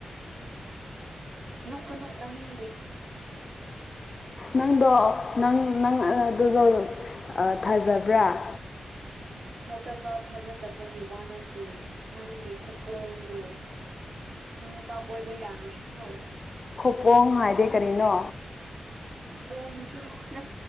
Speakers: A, on the right (about 75°); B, on the left (about 50°).
A: ꯅꯣꯛ ꯀꯅꯨ ꯇꯥꯅꯤꯡꯗꯦ
B: ꯅꯪꯗꯣ ꯅꯪ ꯅꯪ ꯑꯗꯨꯗꯣ ꯑ ꯊꯥꯖꯕ꯭ꯔꯥ
A: ꯊꯥꯖꯕ ꯊꯥꯖꯗꯕꯒꯤ ꯋꯥ ꯅꯗꯦ ꯅꯪꯒꯤ ꯈꯨꯄꯣꯡꯗꯣ ꯅꯪ ꯅꯨꯄꯥ ꯀꯣꯏꯕ꯭ꯔ ꯌꯥꯔꯣꯏꯀꯣ
B: ꯈꯄꯣꯡ ꯍꯥꯏꯗꯤ ꯀꯔꯤꯅꯣ
A: ꯄꯣꯝꯗꯅ